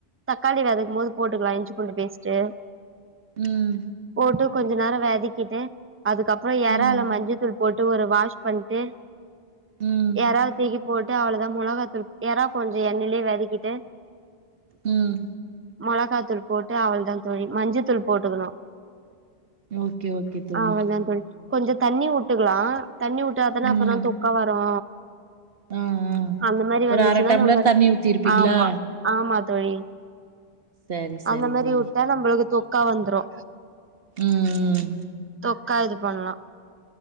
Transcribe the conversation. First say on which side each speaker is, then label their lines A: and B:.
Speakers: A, on the right (about 20°); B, on the right (about 60°).
A: தக்காளி வதக்கு போது போட்டுக்கலா இஞ்சி பூண்டு பேஸ்ட்டு
B: ம்
A: போட்டு கொஞ்ச நேரோ வெதக்கிட்டு அதுக்கப் றோ
B: ம்
A: எறால்லு மஞ்ச தூள் போட் போட்டு ஒரு வாஷ் பண்ட்டு
B: ம்
A: யராவ தூக்கி போட்டு அவ்ளோதா மொளகா தூள் எறா கொஞ்சம் எண்ணெயலயே வதக்கிட்டு
B: ம்
A: மொளகா தூள் போட்டு அவளதா தோழி மஞ்ச தூள் போட்டுக்கணு
B: ஓகே ஓகே தோழி
A: அவ்ளதா தோழி கொஞ்சோ தண்ணி உட்டுக்கலா தண்ணி உட்டறாதானே அப்பதா
B: ம்
A: தொக்கா வரோ
B: ஆ ஆ
A: அந்த மாரி
B: ஒரு
A: வந்துச்சுன்னா
B: அர டம்ளர்
A: நம்ம
B: தண்ணி ஊத்திருப்பீங்களா
A: ஆமா ஆமா தோழி
B: சரி சரி
A: அந்த மாரி
B: தோழி
A: விட்டா நம்ளுக்கு தொக்கா வந்துரோ
B: ம் ம்
A: தொக்கா இது பண்ணலா